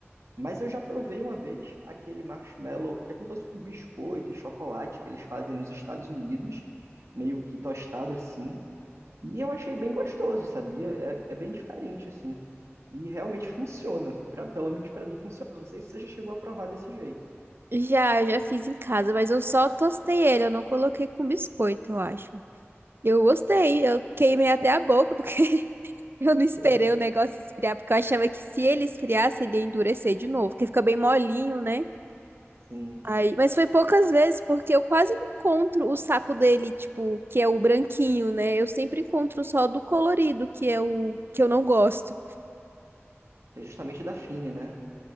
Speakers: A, on the right; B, on the right.
A: Mas eu já provei uma vez aquele marshmallow, que é como se fosse com biscoito e chocolate que eles fazem nos Estados Unidos, meio que tostado assim. E eu achei bem gostoso, sabia? É, é bem diferente assim. E realmente funciona, pra, pelo menos pra mim funciona. Não sei se você já chegou a provar desse jeito.
B: Já, já fiz em casa, mas eu só tostei ele, eu não coloquei com biscoito, eu acho. Eu gostei, eu queimei até a boca, porque <laughs> Eu não esperei
A: <laughs>
B: o negócio esfriar, porque eu achava que se ele esfriasse, ele ia endurecer de novo, porque fica bem molinho, né?
A: Sim,
B: Aí, mas foi poucas vezes, porque eu quase não encontro o saco dele, tipo, que é o branquinho, né? Eu sempre encontro só do colorido, que é o que eu não gosto.
A: é justamente da Fine, né?